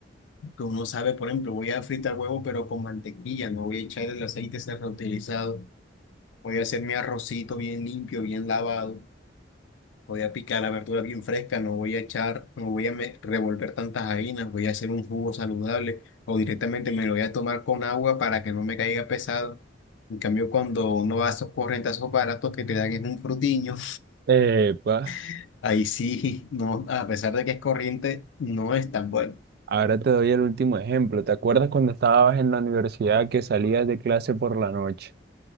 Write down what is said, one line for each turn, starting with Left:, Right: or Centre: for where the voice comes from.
Left: Que uno sabe, por ejemplo, voy a fritar huevo, pero con mantequilla, no voy a echar el aceite reutilizado. Voy a hacer mi arrocito bien limpio, bien lavado. Voy a picar la verdura bien fresca, no voy a echar, no voy a me- revolver tantas harinas, voy a hacer un jugo saludable o directamente me lo voy a tomar con agua para que no me caiga pesado. En cambio, cuando uno va a esos corrientazos baratos que te dan en un frutiño,
Right: Eh, pues,
Left: <laughs> ahí sí, no, a pesar de que es corriente, no es tan bueno.
Right: ahora te doy el último ejemplo. ¿Te acuerdas cuando estabas en la universidad que salías de clase por la noche?